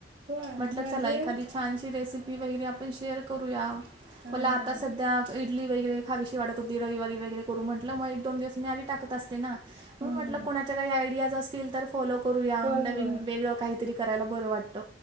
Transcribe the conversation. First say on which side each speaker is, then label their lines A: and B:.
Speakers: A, on the right; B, on the right.
A: होय
B: म्हटलं
A: माझे
B: चला. एखादी छानशी रेसिपी वगैरे आपण शेअर करूया.
A: हा
B: मला
A: हा
B: आता सध्या
A: हा
B: ईटली वगैरे खावीशी वाटत होती. रविवारी वगैरे करू म्हटलं मग एक-दोन दिवस मी आधि टाकत असते ना. मग
A: हम्म
B: म्हटलं.
A: हम्म
B: कोणाच्या काही आयडियाज असतील तर फॉलो करूया.
A: होय
B: नवीन
A: होय
B: वेगळं काहीतरी. करायला बरं वाटत.